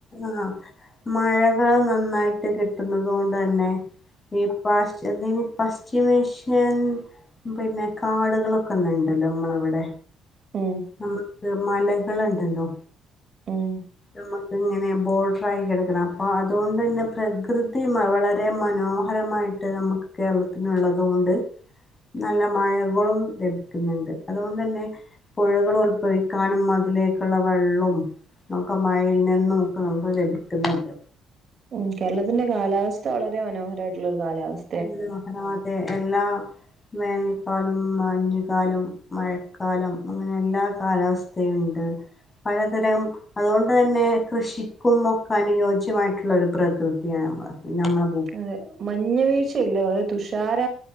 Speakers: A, on the left (about 25°); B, on the right (about 40°).
A: ആഹ് മഴകൾ നന്നായിട്ട് കിട്ടുന്നതോണ്ടന്നെ ഈ പാഷ് എന്തേതി പശ്ചിമേഷ്യൻ പിന്നെ കാടുകളൊക്കെന്ന്ണ്ടല്ലോ ഇമ്മളെ ഇവിടെ
B: ഉം
A: നമ്മക്ക് മലകള്ണ്ടല്ലോ
B: ഉം
A: നമ്മക്കിങ്ങനെ ബോർഡ്രായി കെടക്കണെ അപ്പൊ അതോണ്ടന്നെ പ്രകൃതി വളരെ മനോഹരമായി യിട്ട് നമക്ക് കേരളത്തിന് ഉള്ളതുകൊണ്ട് നല്ല മഴകളും ലഭിക്കുന്നുണ്ട് അതുകൊണ്ടന്നെ പുഴകൾ ഉത്ഭവിക്കാനും അതിലേക്കുള്ള വെള്ളും ഒക്കെ മഴയിൽ നിന്നും ഒക്കെ നമുക്ക് ലഭിക്കുന്ന്ണ്ട്.
B: ഉം കേരളത്തിന്റെ കാലാവസ്ഥ വളരെ മനോഹരായിട്ടുള്ളൊരു കാലാവസ്
A: <unintelligible> അതെ എല്ലാ വേനൽക്കാലും മാഞ്ഞുകാലും മഴക്കാലം അങ്ങനെ എല്ലാ കാലാവസ് സ്ഥയുണ്ട് പലതരം അതുകോണ്ട്തന്നെ കൃഷിക്കും ഒക്കെ അനുയോജ്യമായിട്ടുള്ള ഒരു പ്രകൃതിയാണ് നമ്മളത് നമ്മെള
B: അതെ മ മഞ്ഞ് വീഴ്ചയില്ല വളരെ തുഷാര